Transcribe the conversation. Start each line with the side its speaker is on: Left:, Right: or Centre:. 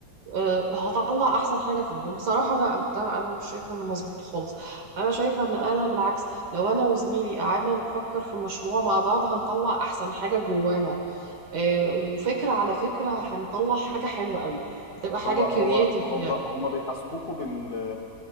Right: آه، هطلع احسن حاجة فيهم بصراحة ده ده انا مش شايفة انه مظبوط خالص انا شايفة ان انا بالعكس لو انا وزميلي قعدنا نفكر في مشروع مع بعض هنطلع احسن حاجة جوانا آه، وفكرة على فكرة هنطلع حاجة حلوة قوي هتبقى حاجة
Left: هو
Right: كرييتيف
Left: هو هم
Right: يعني
Left: هم بيحاسبوكوا بال